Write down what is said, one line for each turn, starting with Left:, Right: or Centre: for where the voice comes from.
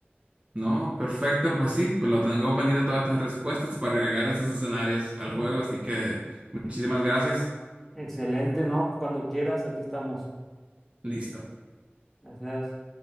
Right: No, perfecto, pues sí, pues lo tengo pendiente todas estas respuestas para agregar esos escenarios al juego, así que muchísimas gracias.
Centre: Excelente, ¿no? Cuando quieras, aquí estamos.
Right: Listo.
Centre: Gracias.